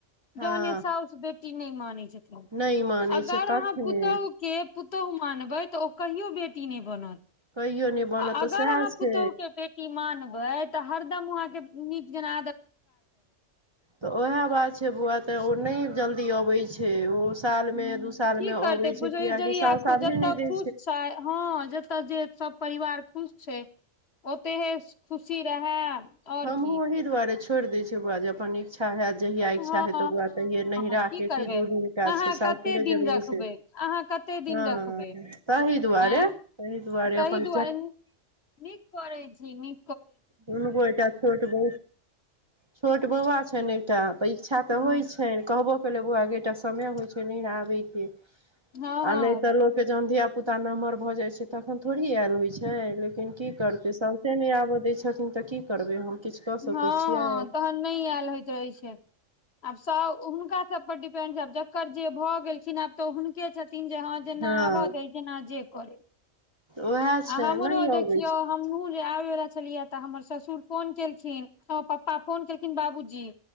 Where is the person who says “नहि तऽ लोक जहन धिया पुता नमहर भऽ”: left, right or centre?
Right